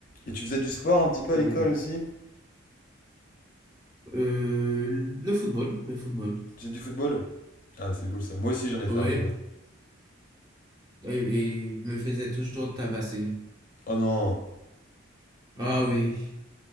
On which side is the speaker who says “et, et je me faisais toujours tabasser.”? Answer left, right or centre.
Right